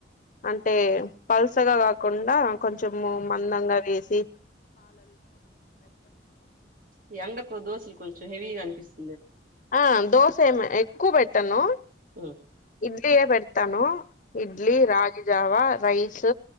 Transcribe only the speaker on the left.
అంటే పల్సగా కాకుండా కొంచం మందంగా వేసి స
ఆ దోస సేమ్ ఎక్కువ పెట్టను
వీయ పెడతాను ఇడ్లీ రాజ పిజావా రైస్